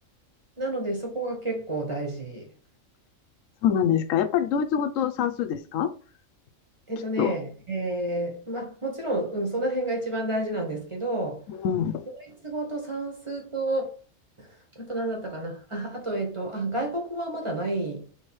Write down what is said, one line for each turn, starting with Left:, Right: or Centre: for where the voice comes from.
Right: なので、そこが結構大事。
Left: そうなんですか。やっぱりドイツ語と算数ですか
Right: えっとね、
Left: きっと。
Right: えーまあ、もちろん、うん、その辺が一番大事なんですけど、
Left: うん。
Right: ドイツ語と算数と、あと何だったかな。あ、あと、えっと、あ、外国語はまだない